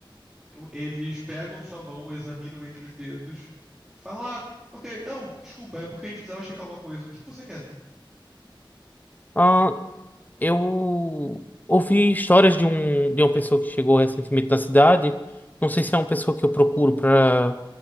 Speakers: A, in the centre; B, on the left.
A: Eu- Eles pegam sua mão, examinam entre os dedos, falam: Ah, ok, não, desculpa, é porque a gente precisava checar uma coisa. O que que você quer?
B: Ah, eu ouvi histórias de um de uma pessoa que chegou recentemente na cidade. Não sei se é uma pessoa que eu procuro para